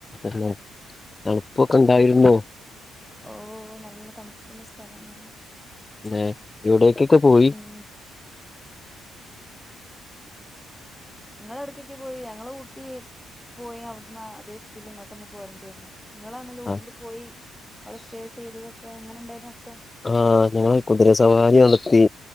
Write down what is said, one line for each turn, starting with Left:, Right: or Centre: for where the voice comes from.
Left: പിന്നെ തണുപ്പൊക്കെ ഇണ്ടായിരുന്നോ
Centre: ഓ നല്ല തണുപ്പുള്ള സ്ഥലാണ്
Left: <unintelligible> എവിടേക്കൊക്കെ
Centre: മ-
Left: പോയി
Centre: ഉം നിങ്ങള് എടെക്കൊക്കെ പോയി ഞങ്ങള് ഊട്ടി പോയി അവിടുന്ന് അതേ സ്പീഡിൽ ഇങ്ങോട്ട് തന്നെ പോരേണ്ടി വന്നു നിങ്ങളാണെ ഊട്ടിയിൽ
Left: ആ
Centre: പോയി അവടെ സ്റ്റേ ചെയ്തതൊക്കെ എങ്ങനെ ഉണ്ടായിരുന്നു അവിടുത്തെ
Left: ആഹ ഞങ്ങൾ കുതിര സവാരി നടത്തി